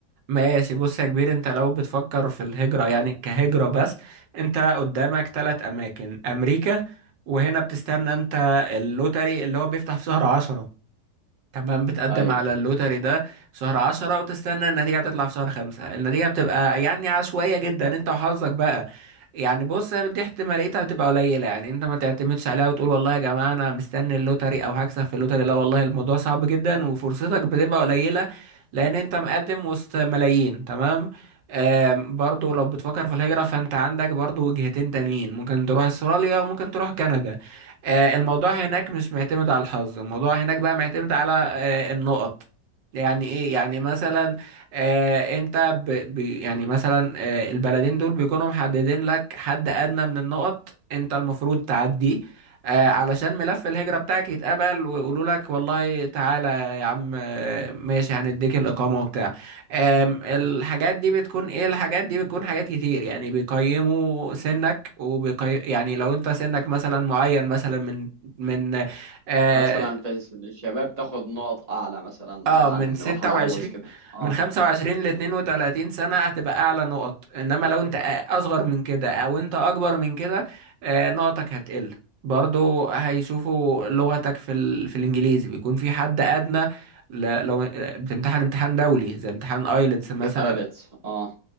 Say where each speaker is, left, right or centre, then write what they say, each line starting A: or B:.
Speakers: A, on the right; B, on the right.
A: ماشي بص يا كبير انت لو بتفكر في الهجرة يعني كهجرة بس انت قدامك ثلاث اماكن امريكا وهنا بتستنى انت اللوتري اللي هو بيفتح في شهر عشرة كمان بتقدم
B: ايوه
A: على اللوتري ده في شهر عشرة وتستنى النتيجة تطلع في شهر خمسة النتيجة بتبقى يعني عشوائية جدا انت وحظك بقى يعني بص هي دي احتماليتها بتبقى قليلة يعني انت ما تعتمدش عليها وتقول والله يا جماعة انا مستني اللوتري او هكسب في اللوتري لا والله الموضوع صعب جدا وفرصتك بتبقى قليلة لان انت مقدم وسط ملايين تمام آم، برضو لو بتفكر في الهجرة فانت عندك برضو وجهتين تانيين ممكن تروح استراليا وممكن تروح كندا آه، الموضوع هناك مش معتمد على الحظ الموضوع هناك بقى معتمد على آه، النقط يعني ايه يعني مثلا آه انت ب ب يعني مثلا آه البلدين دول بيكونوا محددين لك حد ادنى من النقط انت المفروض تعديه آه علشان ملف الهجرة بتاعك يتقبل ويقولوا لك والله تعالى يا عم آه، ماشي هنديك الإقامة وبتاع آم، الحاجات دي بتكون ايه الحاجات دي بتكون حاجات كتير يعني بيقيموا سنك وبيقي... يعني لو انت سنك مثلا معين مثلا من من اه,
B: مثلا في سن الشباب تاخد نقط اعلى مثلا
A: آه
B: عن
A: من 26
B: واحد عجوز كده اه
A: من 25 ل 32 سنة هتبقى أعلى نقط إنما لو أنت أصغر من كده أو أنت أكبر من كده آه، نقطك هتقل برضو هيشوفوا لغتك في ال... في الإنجليزي بيكون في حد أدنى ل... لو آه، بتمتحن امتحان دولي زي امتحان ايلتس
B: اكيد
A: مثلا
B: ايلتس اه